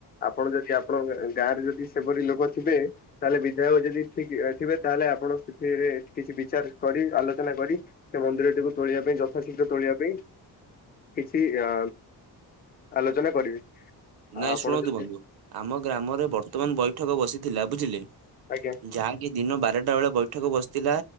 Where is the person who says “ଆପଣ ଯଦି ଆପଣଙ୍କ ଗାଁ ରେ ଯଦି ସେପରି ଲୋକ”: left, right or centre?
Left